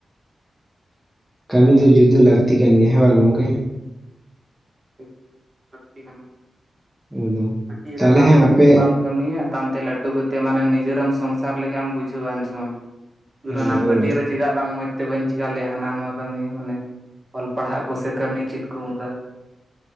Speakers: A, in the centre; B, on the right.
A: ᱠᱟᱹᱢᱤ ᱫᱚ ᱡᱩᱫᱟᱹ ᱞᱟᱹᱠᱛᱤ ᱠᱟᱱ ᱜᱮᱭᱟ ᱦᱮᱸ ᱵᱟᱝ ᱜᱚᱝᱠᱮ?
B: ᱦᱮᱸ ᱞᱟᱹᱠᱛᱤ ᱠᱟᱱᱟ,
A: ᱮᱠᱫᱚᱢ
B: ᱠᱟᱹᱴᱤᱡ
A: ᱛᱟᱦᱚᱞᱮ
B: ᱨᱮ ᱵᱟᱢ
A: ᱦᱟᱸᱜ ᱟᱯᱮ
B: ᱵᱟᱢ ᱠᱟᱹᱢᱤᱭᱟ ᱛᱟᱢᱛᱮ ᱞᱟᱹᱴᱩ ᱠᱟᱛᱮᱫ ᱢᱟᱱᱮ ᱱᱤᱡᱮᱨᱮᱢ ᱥᱚᱝᱥᱟᱨ ᱞᱮᱠᱷᱟᱢ ᱮᱢ ᱵᱩᱡᱷᱟᱹᱣᱼᱟ ᱮᱱ ᱥᱚᱢᱚᱭ᱾ <unintelligible>
A: ᱦᱮᱸ ᱫᱚᱦᱚᱭ
B: ᱠᱟᱹᱴᱤᱡ
A: ᱫᱟᱹᱧ
B: ᱨᱮ ᱪᱮᱫᱟᱜ ᱵᱟᱝ ᱢᱚᱡ ᱛᱮ ᱵᱟᱹᱧ ᱪᱤᱠᱟ ᱞᱮᱫ ᱦᱟᱱᱟ ᱱᱚᱣᱟ ᱠᱟᱹᱢᱤ ᱢᱟᱱᱮ ᱚᱞ ᱯᱟᱲᱦᱟᱜ ᱠᱚ ᱥᱮ ᱠᱟᱹᱢᱤ ᱪᱤᱫ ᱠᱩ ᱩᱝᱠᱟ᱾